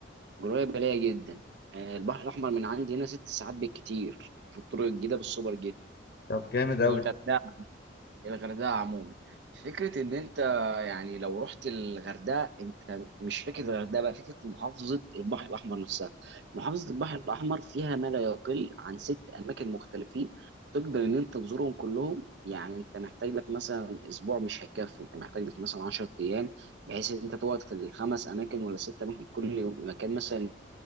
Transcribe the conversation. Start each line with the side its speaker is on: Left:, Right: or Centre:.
Right: قريبه ليا جدا آه، البحر الاحمر من عندي هنا ست ساعات بالكتير في الطرق الجديده بالسوبر جيت
Left: طب جامد قوي
Right: الغردقة الغردقه عموما فكره ان انت يعني لو رحت الغردقه انت مش فكره الغردقه بقى فكره محافظه البحر الاحمر نفسها محافظه البحر الاحمر فيها ما لا يقل عن ست اماكن مختلفين تقدر ان انت تزورهم كلهم يعني انت محتاج لك مثلا اسبوع مش هيكفي انت محتاج لك مثلا 10 ايام بحيث ان انت تقعد في الخمس اماكن ولا ست اماكن كل يوم مكان مثلا